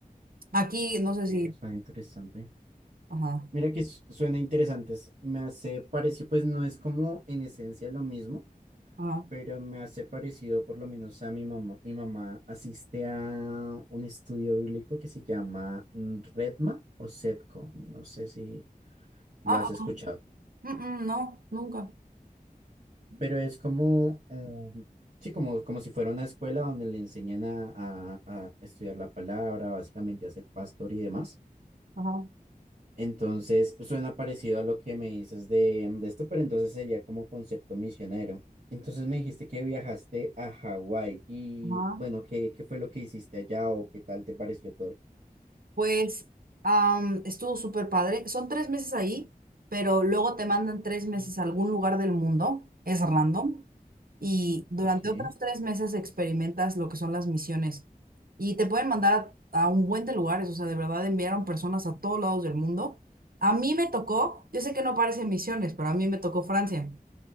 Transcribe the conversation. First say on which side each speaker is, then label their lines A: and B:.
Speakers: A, on the right; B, on the right.
A: Aquí, no sé
B: Eh,
A: si...
B: suena interesante.
A: Ajá,
B: Mira que su- suena interesante, es- me hace parecer, pues no es como en esencia lo mismo
A: ajá.
B: pero me hace parecido por lo menos a mi mamá. Mi mamá asiste a un estudio bíblico que se llama mm, Redma o SEPCO, no sé si lo
A: Ah,
B: has escuchado,
A: ah, mm, mm, no, nunca.
B: pero es como, mm, sí, como, como si fuera una escuela donde le enseñan a, a- a estudiar la palabra, básicamente a ser pastor y demás.
A: Ajá,
B: Entonces, pues, suena parecido a lo que me dices de, de esto, pero entonces sería como concepto misionero. Entonces me dijiste que viajaste a Hawái y
A: ajá.
B: bueno, ¿qué, qué fue lo que hiciste allá o qué tal te pareció todo?
A: Pues am, estuvo súper padre. Son tres meses ahí, pero luego te mandan tres
B: Pues,
A: meses
B: me dices,
A: a algún lugar del mundo. Es random. Y durante
B: Ok,
A: otros tres meses experimentas lo que son las misiones. Y te pueden mandar a, a un buen de lugares. O sea, de verdad enviaron personas a todos lados del mundo. A mí me tocó, yo sé que no parecen misiones, pero a mí me tocó Francia.